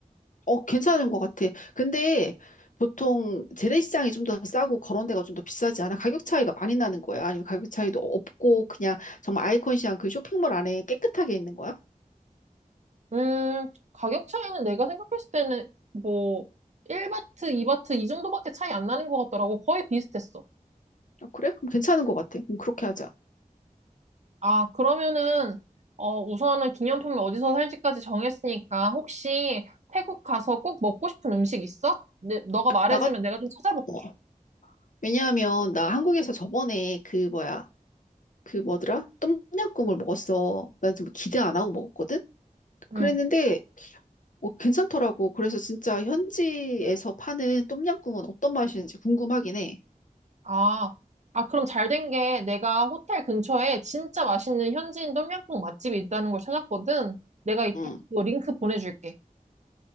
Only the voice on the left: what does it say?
어, 괜찮은 것 같아. 근데 보통 재래시장이 좀 더 싸고 그런 데가 좀 더 비싸지 않아? 가격 차이가 많이 나는 거야? 아니면 가격 차이도 없고 그냥 정말 아이콘 시한 그 쇼핑몰 안에 깨끗하게 있는 거야?
어, 그래? 그럼 괜찮은 것 같아. 그럼 그렇게 하자.
나가,
어. 왜냐하면 나 한국에서 저번에 그 뭐야, 그 뭐더라? 똠양꿍을 먹었어. 난 좀 기대 안 하고 먹었거든? 그랬는데
어, 괜찮더라고. 그래서 진짜 현지에서 파는 똠양꿍은 어떤 맛이는지 궁금하긴 해.
응.